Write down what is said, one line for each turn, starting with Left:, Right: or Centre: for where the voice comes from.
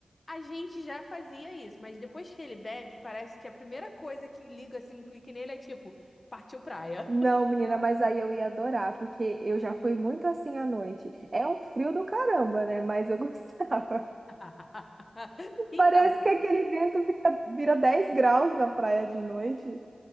Left: A gente já fazia isso, mas depois que ele bebe, parece que a primeira coisa que liga, assim, um clique nele é tipo, partiu praia.
Right: Não, menina, mas aí eu ia adorar, porque eu já fui muito assim à noite. É um frio do caramba, né? Mas eu <laughs> gostava.
Left: <laughs> Então,
Right: Parece que aquele vento fica- vira 10 graus na praia de noite.